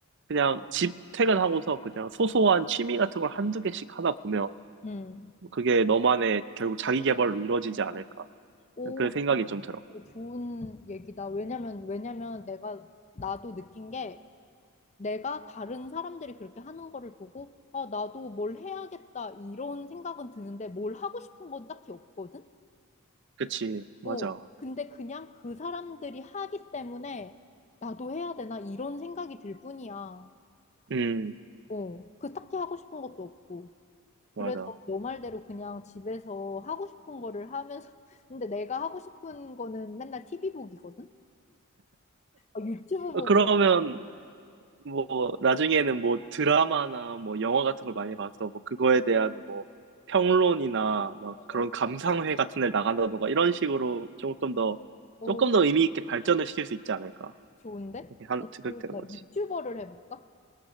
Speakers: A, on the right; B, on the left.
A: 그냥 집 퇴근하고서 그냥 소소한 취미 같은 걸 한두 개씩 하다 보면
B: 음.
A: 그게 너만의 결국 자기 개발로 이루어지지 않을까.
B: 오,
A: 그 생각이 좀 들어.
B: 오, 좋은 얘기다. 왜냐면, 왜냐면 내가, 나도 느낀 게, 내가 다른 사람들이 그렇게 하는 거를 보고, 아, 나도 뭘 해야겠다, 이런 생각은 드는데, 뭘 하고 싶은 건 딱히 없거든?
A: 그치, 맞아.
B: 어, 근데 그냥 그 사람들이 하기 때문에, 나도 해야 되나, 이런 생각이 들 뿐이야.
A: 음,
B: 어, 그 딱히 하고 싶은 것도 없고. 그래서
A: 맞아.
B: 너 말대로 그냥 집에서 하고 싶은 거를 하면서, <laughs> 근데 내가 하고 싶은 거는 맨날 TV 보기거든? 아, 유튜브
A: 어,
B: 보고,
A: 그러면 뭐 나중에는 뭐 드라마나 뭐 영화 같은 걸 많이 봐서 뭐 그거에 대한 뭐 평론이나 막
B: 어,
A: 그런 감상회 같은 데 나간다던가 이런 식으로 조금 더
B: 어,
A: 조금 더 의미 있게 발전을 시킬 수 있지 않을까.
B: 좋은데?
A: 이렇게 한
B: 아,
A: 생각되는
B: 그럼 나
A: 거지.
B: 유튜버를 해볼까?